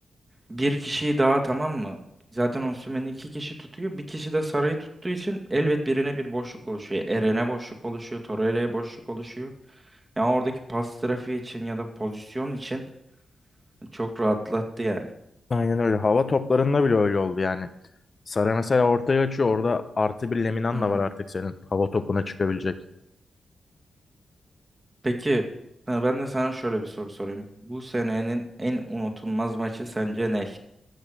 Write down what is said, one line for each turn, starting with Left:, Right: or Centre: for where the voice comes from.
Right: bir kişiyi daha tamam mı? Zaten Osimhen'i iki kişi tutuyor. Bir kişi de Saray'ı tuttuğu için elbet birine bir boşluk oluşuyor. Eren'e boşluk oluşuyor. Torreira'ya boşluk oluşuyor. Yani oradaki pas trafiği için ya da pozisyon için çok rahatlattı yani.
Left: Aynen öyle. Hava toplarında bile öyle oldu yani. Sara mesela ortaya açıyor. Orada artı bir Leminan
Right: Hı hı.
Left: da var artık senin. Hava topuna çıkabilecek.
Right: Peki ha, ben de sana şöyle bir soru sorayım. Bu senenin en unutulmaz maçı sence ne?